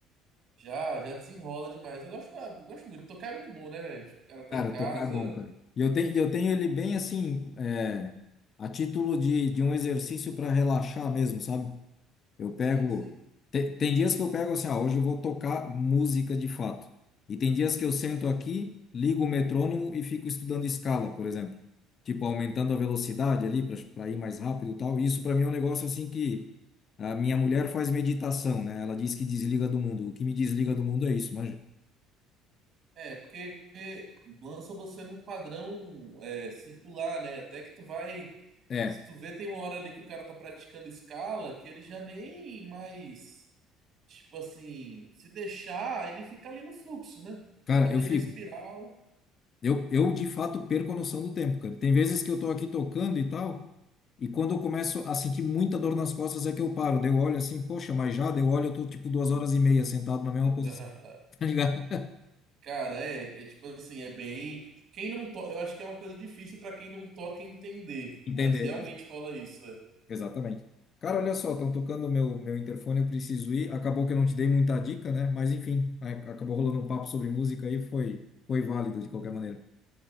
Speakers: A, on the right (about 55°); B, on the left (about 45°).
A: Já, já desenrola demais. Eu gosto, ah, eu gosto muito. Tocar é muito bom, né, velho? Tipo, o cara tá
B: Cara,
A: em casa.
B: tocar é bom, cara. E eu tenho, eu tenho ele bem assim, é, a título de, de um exercício para relaxar mesmo, sabe? Eu pego.
A: Sim, sim.
B: te- Tem, dias que eu pego assim, ah, hoje eu vou tocar música de fato. E tem dias que eu sento aqui, ligo o metrônomo e fico estudando escala, por exemplo. Tipo, aumentando a velocidade ali para ir mais rápido e tal. Isso para mim é um negócio assim que a minha mulher faz meditação, né? Ela diz que desliga do mundo. O que me desliga do mundo é isso, manja.
A: É, porque lança você num padrão é, circular, né? Até que tu vai.
B: É,
A: Se tu vê, tem uma hora ali que o cara tá praticando escala, que ele já nem mais. Tipo assim, se deixar, ele fica ali no fluxo, né?
B: cara,
A: Fica ali
B: eu fico.
A: na espiral.
B: Eu, eu de fato perco a noção do tempo, cara. Tem vezes que eu tô aqui tocando e tal, e quando eu começo a sentir muita dor nas costas é que eu paro. Daí eu olho assim, poxa, mas já, daí eu olho, eu tô tipo duas horas e meia sentado na
A: <laughs>
B: mesma posição, <laughs> tá ligado?
A: Cara, é, é tipo assim, é bem. Quem não toca, eu acho que é uma coisa difícil pra quem não toca entender,
B: Entender,
A: mas realmente
B: exa-
A: rola isso. É.
B: exatamente. Cara, olha só, estão tocando o meu, meu interfone, eu preciso ir. Acabou que eu não te dei muita dica, né? Mas enfim, a- acabou rolando um papo sobre música aí, foi, foi válido de qualquer maneira.